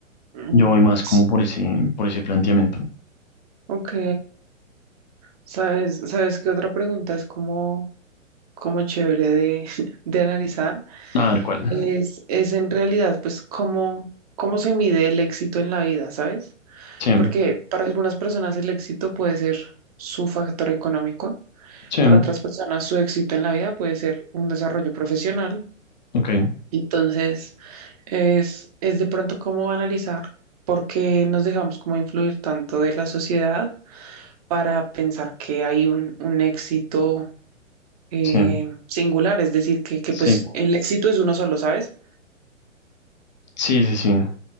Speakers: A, on the right; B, on the left.
A: Mm,
B: Yo voy más como
A: sí.
B: por ese, por ese planteamiento.
A: Ok. ¿Sabes, sabes qué otra pregunta es como, como chévere de, <laughs> de analizar?
B: A ver cuál.
A: Es, es en realidad, pues, cómo, cómo se mide el éxito en la vida, ¿sabes?
B: Sí,
A: Porque para algunas personas el éxito puede ser su factor económico,
B: sí,
A: para otras personas su éxito en la vida puede ser un desarrollo profesional,
B: ok,
A: Entonces, es, es de pronto cómo analizar por qué nos dejamos como influir tanto de la sociedad para pensar que hay un, un éxito eh,
B: sí,
A: singular, es decir, que, que
B: sí.
A: pues el éxito es uno solo, ¿sabes?
B: Sí, sí, sí. O